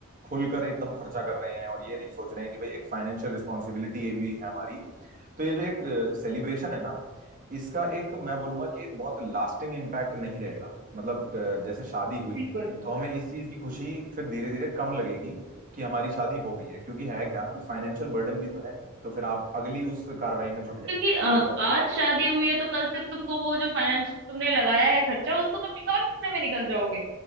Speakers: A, on the right; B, on the right.
A: खुलकर एकदम खर्चा कर रहे हैं और ये नहीं सोच रहे हैं कि भाई एक फाइनेंशियल रिस्पॉन्सिबिलिटी ये भी है हमारी तो ये जो एक सेलिब्रेशन है ना इसका एक मैं बोलूंगा कि एक बहुत लास्टिंग इम्पैक्ट नहीं रहेगा मतलब अ, जैसे शादी हुई
B: बिल्कुल
A: तो हमें इस चीज की खुशी फिर धीरे धीरे कम लगेगी कि हमारी शादी हो गई है क्योंकि है क्या कि फाइनेंशियल बर्डन भी तो है तो फिर आप अगली उस कार्रवाई में जुट जाएंगे
B: क्योंकि अ,
A: कि भाई अब
B: आज शादी हुई है तो कल से तुमको वो जो फाइनेंस तुमने लगाया है खर्चा उसको तुम रिकवर करने में निकल जाओगे